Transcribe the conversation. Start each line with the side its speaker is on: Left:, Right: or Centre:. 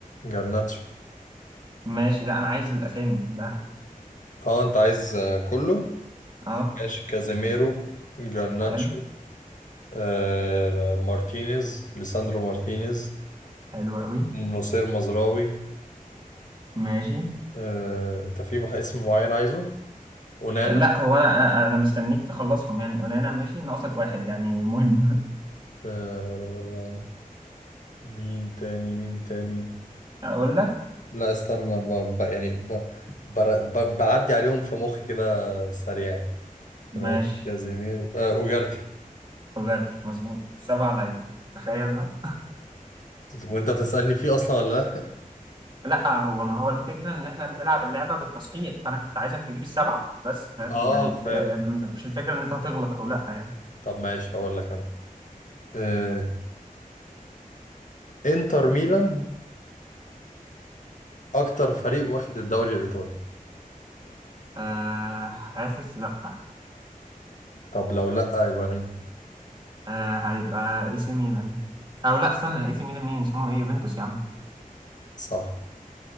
Left: جرناتشو
Right: ماشي لا انا عايز الاسامي كلها
Left: اه انت عايز آه، كله
Right: اه
Left: ماشي كازيميرو جرناتشو
Right: حلو
Left: آه مارتينيز ليساندرو مارتينيز
Right: حلو قوي
Left: نصير مزراوي
Right: ماشي
Left: آه، انت في مح- اسم معين عايزه ونانا
Right: آه، لا هو انا انا مستنيك تخلصهم يعني اونانا ماشي ناقصك واحد يعني مهم
Left: آه، مين تاني مين تاني
Right: <laughs> اقول لك
Left: لا استنى ب... ب... يعني ب... بر... ب... بعدي عليهم في مخي كده سريعا انا
Right: ماشي
Left: قلت كازيميرو آه اوجارتي
Right: تجارتي مظبوط سبع لعيبه تخيل بقى
Left: وانت بتسألني فيه اصلا ولا لا
Right: لا هو ما هو الفكره ان احنا بنلعب اللعبه بالتصحيح فانا كنت عايزك تجيب السبعه بس فاهم
Left: <laughs> اه
Right: يعني
Left: فاهم
Right: الف... آه، مش الفكره ان انت هتغلط او لا يعني
Left: طب ماشي هقول لك انا آه، انتر ميلان اكتر فريق واخد الدوري الايطالي
Right: أه حاسس لا
Left: طب لو لا يبقى مين
Right: أه هيبقى اي سي ميلان او لا استنى اي سي ميلان مين اسمهم ايه يوفنتوس يا عم
Left: صح